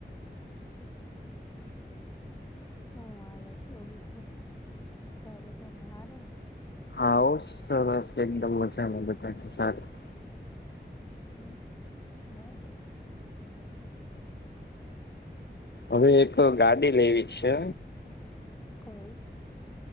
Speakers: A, on the left; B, on the left.
A: શું હાલે કહ્યો બીજું તમારે બધાને હારું ને?
B: હા ઓ સરસ એકદમ મજામાં બધાને સારું
A: હમ્મ બરાબર.
B: અવે એક ગાડી લેવી છે.
A: કઈ?